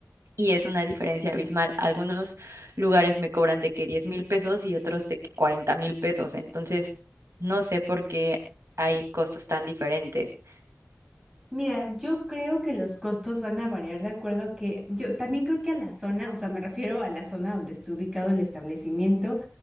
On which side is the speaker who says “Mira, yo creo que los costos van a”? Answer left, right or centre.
Right